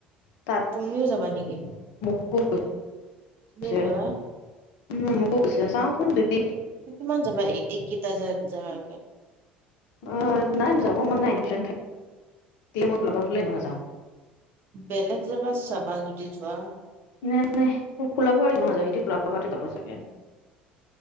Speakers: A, on the left; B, on the right.
A: তাত
B: অ তুমিও যাবা নেকি?
A: <unintelligible> কৈছে
B: বুইছা
A: উম কৈছে চাওঁচোন যদি
B: উ কিমান যাবা এইকেইটাত যাগাতে,
A: অ নাই মোৰ যাব মন নাই টিউচন। থাকিলে লগতে লৈ এনেও মই ঘৰ নাযাওঁ
B: বেলেগ জেগাত চাবা যোৱা
A: নাই নাই মোক ফুলাবই নোৱাৰে। তা যাব চাগে